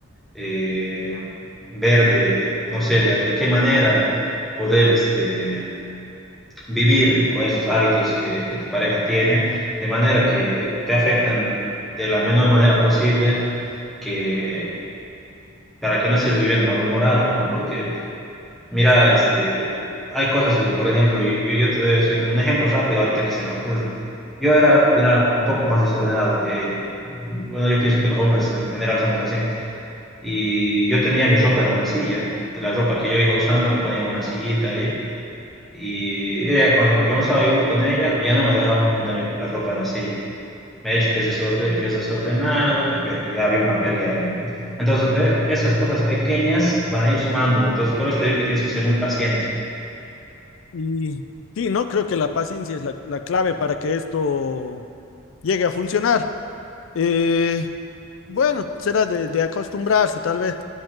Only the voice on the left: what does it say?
Y sí, ¿no? Creo que la paciencia es la, la clave para que esto llegue a funcionar. Eh, bueno, será de, de acostumbrarse, tal vez.